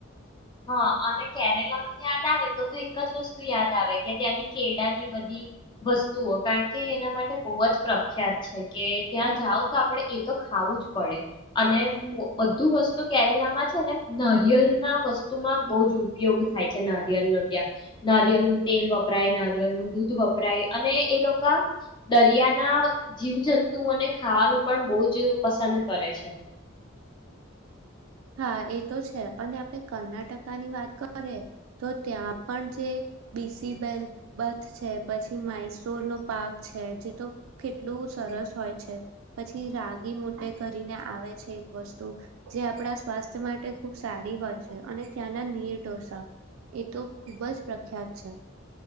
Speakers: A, on the left; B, on the right.
A: હા અને કેરેલા નું યાદ આવે. તો તો એક જ વસ્તુ યાદ. આવે કે ત્યાં. કેળાની બધી વસ્તુઓ કારણ કે એના માટે બહુ જ પ્રખ્યાત છે કે ત્યાં જાઓ તો આપડે એ તો ખાવું જ પડે અને બધું વસ્તુ કેરેલામાં છે ને નરિયલ ના વસ્તુ વતુમાં બહુ જ ઉપયોગ થાય છે નરિયલ ન ત્યાં નરિયળનું તેલ વપરાય નરિયલનું દૂધ વપરાય અને એ લોકો દરિયાના જીવજંતુને ખાવાનું પણ બહુ જ પસંદ કરે છે.
B: હા એ તો છે અને આપે કર્ણાટકાની વાત કરીએ તો ત્યાં પણ જે બીસીબલ બથ છે પછી મઇસુર નો પાક છે જે તો કેટલું સરસ હોય છે પછી રાગી મોટે કરીને આવે છે એક વસ્તુ જે આપણા સ્વાસ્થ્ય માટે ખૂબ સારી હોય છે અને ત્યાંના નીર ઢોસા એ તો ખૂબ જ પ્રખ્યાત છે.